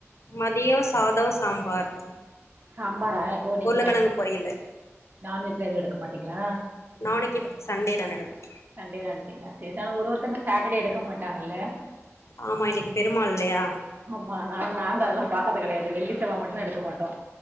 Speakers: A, on the left; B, on the right.
A: மதியோ சாதோ சாம்பார்
B: சாம்பாரா ஓ இன்னிக்கு
A: உருளக்கெழங்கு
B: நான்வெஜ்
A: பொரியலு
B: நான்வெஜ்லா எது எடுக்க மாட்டீங்ளா
A: நாளைக்குதா சன்டேதா எடுப்போ
B: சண்டேதா எடுப்பீங்ளா சேரி ச ஆனா ஒரு ஒருத்தோங்க சாட்டர்டே எடுக்க மாட்டாங்கல்ல
A: ஆமா இன்னிக்கு பெருமாள் இல்லையா
B: ஆமா நா நாங்க அதெல்லா பாக்கறது கடையாது வெள்ளி செவ்வா மட்டுதா எடுக்க மாட் டோ